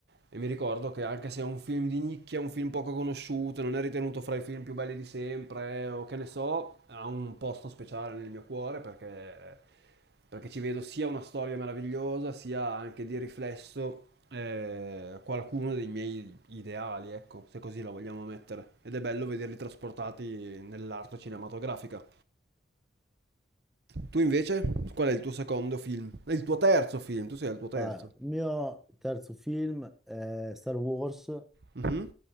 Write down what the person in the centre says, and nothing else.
Ah, il mio terzo film è Star Wars